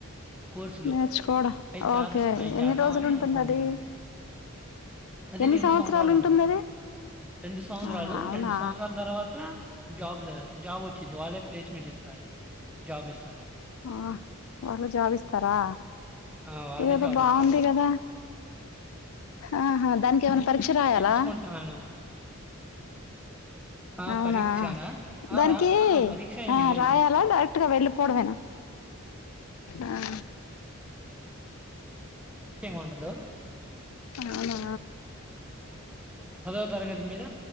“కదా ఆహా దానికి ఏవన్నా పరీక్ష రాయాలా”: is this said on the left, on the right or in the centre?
Left